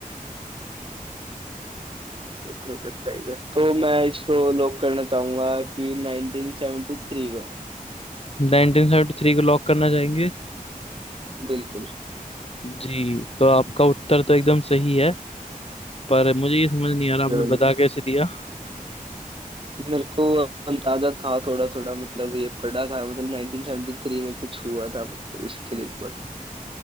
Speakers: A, on the right; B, on the left.
A: Project Tiger तो मैं इसको लॉक करना चाहूंगा कि 1973 को
B: 1973 को लॉक करना चाहेंगे
A: बिल्कुल
B: जी तो आपका उत्तर तो एकदम सही है पर मुझे ये समझ नहीं आ रहा
A: चलो
B: आपने बता कैसे दिया
A: मेरे को अंदाजा था थोड़ा थोड़ा मतलब ये पढ़ा था मतलब 1973 में कुछ हुआ था तो इसके लिए ऊपर